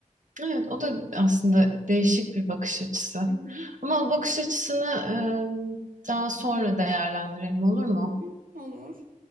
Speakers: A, on the right (about 65°); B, on the right (about 80°).
A: Evet, o da aslında değişik bir bakış açısı.
B: Hı hı.
A: Ama o bakış açısını e, daha sonra değerlendirelim olur mu?
B: Hı hı. Olur.